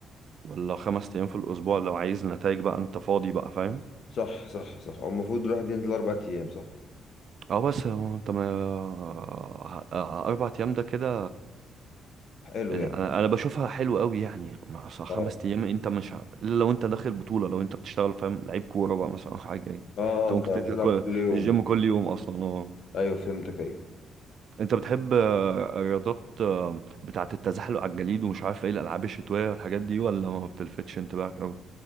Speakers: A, on the right; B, on the left.
A: ولا خمس ايام في الاسبوع لو عايز نتائج بقى انت فاضي بقى فاهم
B: صح صح صح هو المفروض الواحد ينزل اربع ايام صح
A: اه بس هو انت ما ه- اربع ايام ده كده
B: حلو
A: انا
B: يعني
A: انا بشوفها حلو قوي يعني مع أصل خمس
B: اه
A: ايام انت مش ه- الا لو انت داخل بطوله لو انت بتشتغل فاهم لعيب كوره بقى مثلا او حاجه يعني
B: اه
A: انت ممكن
B: فتلعب
A: تنزل كل...
B: كل يوم
A: الجيم كل يوم اصلا اه
B: ايوه فهمتك ايوه
A: انت بتحب آه، الرياضات آه، بتاعه التزحلق على الجليد ومش عارف ايه الالعاب الشتويه والحاجات دي ولا ما بتلفتش انتباهك قوي